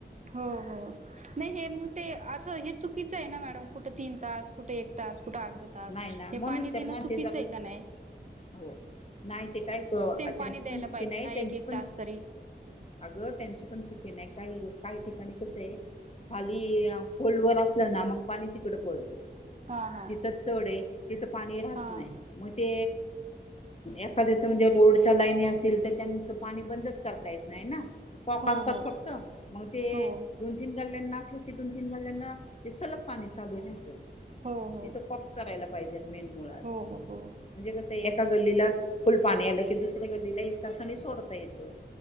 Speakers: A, on the right; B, on the left.
A: हो हो नाही हे मग ते अस हे चुकीचं आहे ना मॅडम कुठे तीन तास कुठे एक तास कुठे अर्ध तास
B: नाही ना म्हणून
A: हे पाणी
B: तर
A: देणं
B: ना
A: चुकीचं
B: ते जरा
A: हे का नाय?
B: हो नाय ते काय क
A: पाणी
B: त्यांची
A: द्यायला
B: पण चुकी
A: पाहिजे
B: नाय
A: ना
B: त्यांची
A: एक एक
B: पण
A: तास तरी
B: अगं त्यांची पण चुकी नाय काय ग. काही ठिकाणी कस आहे खाली खोलवर असलं ना मग पाणी तिकड पलतं.
A: हा हा!
B: सोडे तिथे पाणी राहत
A: हा
B: नाय म ते एखादाच म्हणजे रोडच्या लाईने असतील तर त्यांचं पाणी बंदच करता येत नाय ना कॉक
A: हो
B: असतात
A: हो
B: फक्त मग ते
A: हो
B: दोन तीन गल्ल्यांना असले की दोन तीन गल्ल्यांना ते सलग पाणी चालू राहतं.
A: हो हो!
B: तिथं कॉक करायला पाहिजेत मेन मुळात.
A: हो हो हो
B: म्हणजे कस हे एका गल्लीला फुल पाणी आलं की दुसऱ्या गल्लीला एक तासाने सोडता येतो.